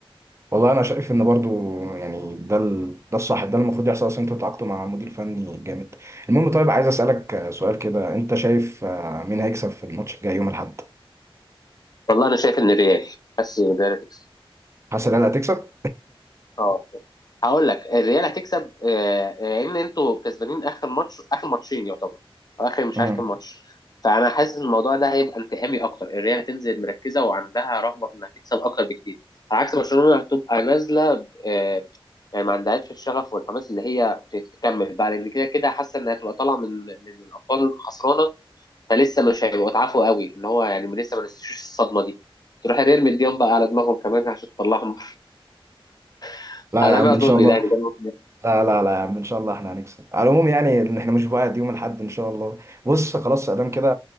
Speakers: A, on the right; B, on the left.
A: والله انا شايف ان برضو يعني ده ال... ده الصح ده المفروض يحصل اصلا انتوا تعاقدتوا مع مدير فني جامد المهم طيب عايز اسالك آه، سؤال كده انت شايف آه، مين هيكسب في الماتش الجاي يوم الاحد
B: والله انا شايف ان الريال بس الريال هتكسب
A: حاسس ان انا هتكسب
B: اه هقول لك الريال هتكسب آه، آه، لان انتوا كسبانين اخر ماتش اخر ماتشين يعتبر أو اخر مش
A: امم
B: عارف كام ماتش فانا حاسس ان الموضوع ده هيبقى انتقامي اكتر الريال هتنزل مركزه وعندها رغبه في انها تكسب اكتر بكتير على عكس برشلونه هتبقى نازله ب- آه، يعني ما عندهاش الشغف والحماس اللي هي ت- تكمل بقى لان كده كده حاسه انها هتبقى طالعه من من الابطال خسرانه فلسه مش هيبقوا اتعافوا قوي ان هو يعني لسه ما نسيوش الصدمه دي تروح الريال مديهم بقى على دماغهم كمان عشان تطلعهم <laughs>
A: لا
B: على
A: يا عم
B: ما
A: ان
B: اظن
A: شاء الله
B: يعني ده
A: لا لا لا يا عم ان شاء الله احنا هنكسب على العموم يعني ان احنا مش بعد يوم الاحد ان شاء الله بص خلاص ادام كده